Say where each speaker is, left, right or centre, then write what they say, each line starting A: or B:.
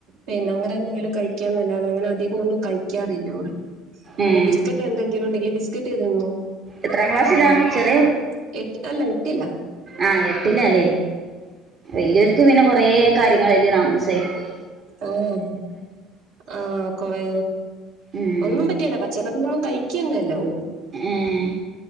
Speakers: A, on the right; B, on the right.
A: പിന്നെ ഓനെന്തെിലും കഴിക്കാൻ എന്നല്ലാതെ, അങ്ങനെ അധികം ഒന്നും കഴിക്കാറില്ല ഓള്. പിന്നെ
B: ഏഹ്
A: ബിസ്ക്കറ്റ് എന്തെങ്കിലും ഉണ്ടെങ്കില് ബിസ്ക്കറ്റ് തിന്നു.
B: എത്രാം ക്ലാസ്സിലാ
A: അങ്ങനെ,
B: ചെറിയ
A: എ അല്ല എട്ടില.
B: ആ എട്ടിലാല്ലേ. വല് യൊര് ക്ക് പിന്നെ കൊറെ കാര്യങ്ങളല് താമസായിരിക്കും.
A: ആഹ് ആ കൊറേ,
B: ഉം
A: ഒന്നും പറ്റേല. <unintelligible> ന്നും കയ്ക്കന്നല്ല ഓള്.
B: ഏഹ്